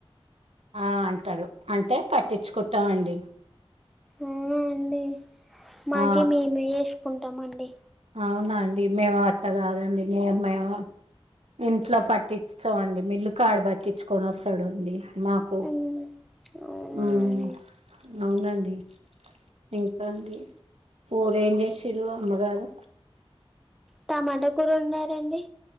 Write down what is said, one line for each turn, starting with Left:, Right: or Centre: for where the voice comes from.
Right: ఆ అంటారు అంటే పట్టిచ్చుకుంటమండి.
Centre: అవునా అండి మాకి
Right: ఆ
Centre: మేమే చేస్కుంటమండి.
Right: అవునా అండి మేము అట్ట కాదండి మేం మేము ఇంట్లో పట్టిచ్కో అండి మిల్లు కాడ పట్టించుకొన్ వస్తడు అండి. మాకు
Centre: ఉమ్ అవునా
Right: మ్
Centre: అండి
Right: అవునండి. ఇంకా అండి కూరెం చేసిన్రు. అమ్మ గారు
Centre: టమాటా కూర్ వండారండి.